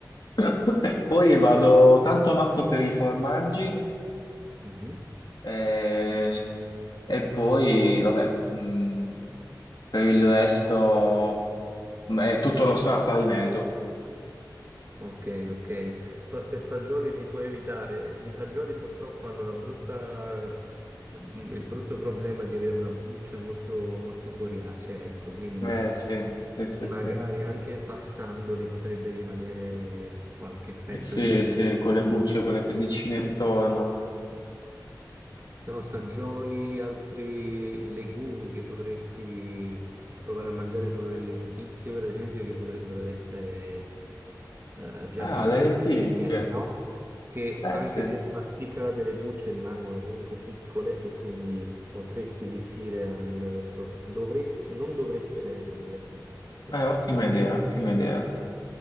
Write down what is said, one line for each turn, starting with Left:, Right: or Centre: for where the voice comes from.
Left: <coughs> Poi vado tanto matto per i formaggi
Right: Mhm.
Left: eh, e poi, vabbè, mh, per il resto mh, è tutto lo sta a pari merito.
Right: Ok, ok. Pasta e fagioli si può evitare. I fagioli purtroppo hanno la brutta, ehm, il brutto problema di avere una buccia molto, molto coriacea, ecco, quindi
Left: Eh, sì, sì, sì,
Right: magari
Left: sì.
Right: anche passandoli potrebbe rimanere qualche effetto
Left: Eh, Sì,
Right: che potrebbe
Left: sì,
Right: portarti.
Left: con le bucce, con le pellicine intorno.
Right: Sono fagioli, altri legumi che potresti provare a mangiare solo le lenticchie, per esempio, che potrebbero essere eh, già più
Left: Ah, le
Right: piccoline,
Left: lenticchie.
Right: no? Che
Left: Eh
Right: anche
Left: sì,
Right: se masticate le bucce rimangono comunque piccole e quindi potresti riuscire a non aver pro- dovresti, non dovresti avere problemi a questo
Left: Eh,
Right: punto.
Left: ottima
Right: eh.
Left: idea, ottima idea.